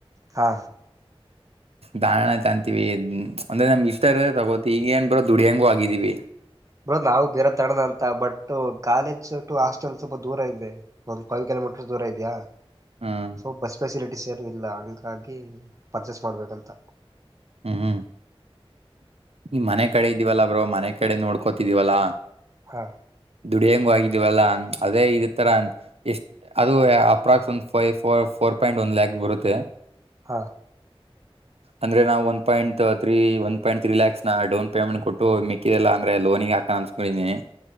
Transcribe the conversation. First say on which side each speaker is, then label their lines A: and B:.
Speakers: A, on the right (about 30°); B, on the right (about 80°).
A: ಹಾ
B: ದಾರಣ ತಂತೀವಿ ಅಂದ್ರೆ ನಮ ಇಷ್ಟ ಇದ ತಗೋತಿ ಈಗ ಏನ್ ಬರೋ ದುಡ್ಯಾಂಗೂ ಆಗಿದ್ದೀವಿ
A: ಬಿಡ ನಾವು ಬೇರೆ ತಡದ ಅಂತ ಬಟ್ ಕಾಲೇಜ್ ಟು ಹಾಸ್ಟೆಲ್ ಸ್ವಲ್ಪ ದೂರ ಇದೆ ಒಂದ್ ಫೈವ್ ಕಿಲೋಮೀಟರ್ ದೂರ ಇದೆಯಾ
B: ಹ್ಮ್
A: ಸೊ ಬಸ್ ಫೆಸಿಲಿಟಿ ರು ಇಲ್ಲ ಹಂಗಾಗಿ ಪರ್ಚೇಸ್ ಮಾಡ್ಬೇಕಂತ
B: ಹ್ಮ್ ಹ್ಮ್ ಈ ಮನೆ ಕಡೆ ಇದ್ದಿವವಲ್ಲಾ ಬ್ರೋ ಮನೆ ಕಡೆ ನೋಡ್ಕೋತಿದೀವಲ್ಲಾ
A: ಹಾ
B: ದುಡಿಯಂಗ ಆಗಿದೀವಲ್ಲಾ ಅದೇ ಇದ ರ ಎಷ್ಟ ಅದು ಅಪ್ರಾಕ್ಸ ಫೈವಫೋರ್ ಫೋರ್ ಪಾಯಿಂಟ್ ಒಂದ್ ಲ್ಯಾಕ್ ಬರುತ್ತೆ
A: ಹಾ
B: ಅಂದ್ರೆ ನಾವು one point three one point three lakh ತ ಡೌನ್ ಪೇಮೆಂಟ್ ಕೊಟ್ಟು ಮಿಕ್ಕಿದೆಲ್ಲ ಅಂದ್ರೆ ಲೋನಿ ಹಾಕ ಅನ್ಸ್ಕೊಂಡಿದೀನಿ